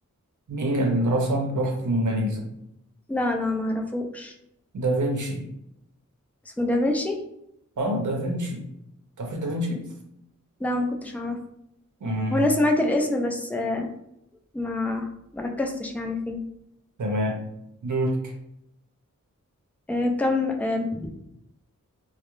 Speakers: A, on the right; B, in the centre.
A: مين اللي رسم لوحة الموناليزا
B: لا لا معرفوش
A: دافنشي
B: اسمه دافنشي
A: اه دافنشي تعرفيش دافنشي
B: لا ما كنتش اعرف
A: مم.
B: وانا سمعت الاسم بس آه، ما مركزتش يعني فيه
A: تمام دورك
B: آه، كم آه،